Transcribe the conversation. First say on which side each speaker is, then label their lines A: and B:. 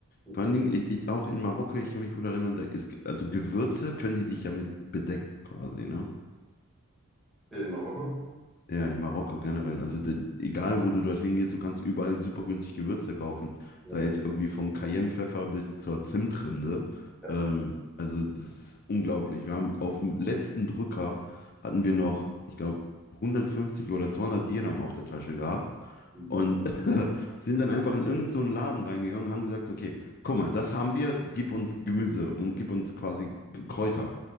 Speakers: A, in the centre; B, on the left.
A: Mhm.
B: Vor allen Dingen, ich, ich auch in Marokko, ich kann mich gut erinnern, da ist, also Gewürze können die dich ja mit bedecken quasi, ne?
A: In Marokko?
B: Ja, in Marokko generell. Also da, egal, wo du dorthin gehst, du kannst überall super günstig Gewürze kaufen.
A: Ja,
B: Sei es irgendwie von Cayennepfeffer bis zur Zimtrinde.
A: ja.
B: Ähm, also das ist unglaublich. Wir haben auf dem letzten Drücker hatten wir noch, ich glaube, 150 oder 200 Dirham auf der Tasche gehabt.
A: Hm.
B: Und <laughs> sind dann einfach in irgendeinen so einen Laden reingegangen und haben gesagt, so, okay, guck mal, das haben wir, gib uns Gemüse und gib uns quasi Kräuter.